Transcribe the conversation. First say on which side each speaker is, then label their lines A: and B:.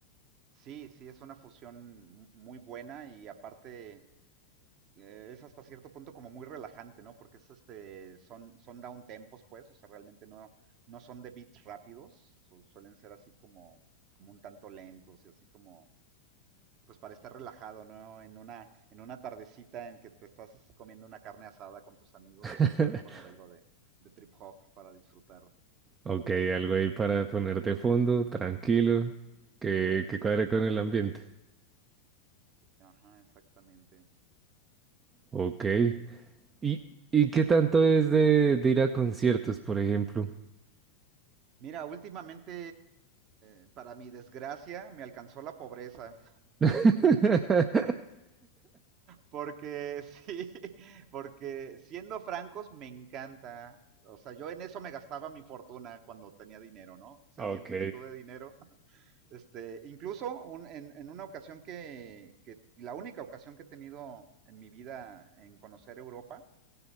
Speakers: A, on the right; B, on the right.
A: Sí, sí, es una fusión muy buena y aparte eh, es hasta cierto punto como muy relajante, ¿no? Porque es este, son, son down tempos, pues, o sea, realmente no, no son de beats rápidos, su- suelen ser así como, como un tanto lentos y así como, pues para estar relajado, ¿no? En una, en una tardecita en que te estás comiendo una carne asada con tus amigos
B: <laughs>
A: y así puedes poner algo de, de trip hop para disfrutar.
B: Ok, algo ahí para ponerte de fondo, tranquilo, que,
A: Ujú,
B: que
A: así
B: cuadre
A: es.
B: con el ambiente.
A: Ajá, exactamente.
B: Ok. ¿Y, y qué tanto es de, de ir a conciertos, por ejemplo?
A: Mira, últimamente, eh, para mi desgracia, me alcanzó la pobreza.
B: <laughs>
A: Porque <laughs> sí, porque siendo francos me encanta. O sea, yo en eso me gastaba mi fortuna cuando tenía dinero, ¿no? O sea,
B: Ok,
A: siempre que tuve dinero. Este, incluso un- en, en una ocasión que, que, la única ocasión que he tenido en mi vida en conocer Europa,